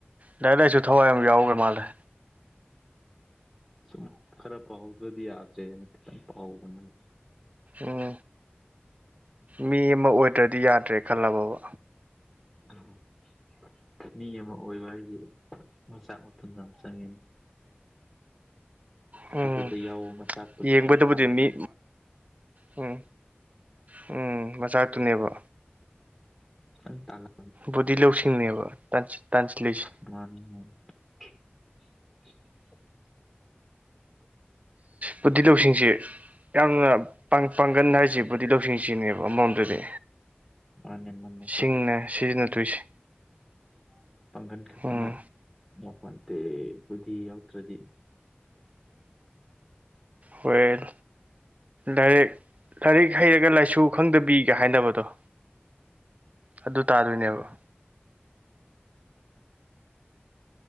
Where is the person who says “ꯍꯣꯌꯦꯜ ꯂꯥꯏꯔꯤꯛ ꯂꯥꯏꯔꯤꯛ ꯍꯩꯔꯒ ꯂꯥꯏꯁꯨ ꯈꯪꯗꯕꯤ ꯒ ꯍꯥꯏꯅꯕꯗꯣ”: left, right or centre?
Right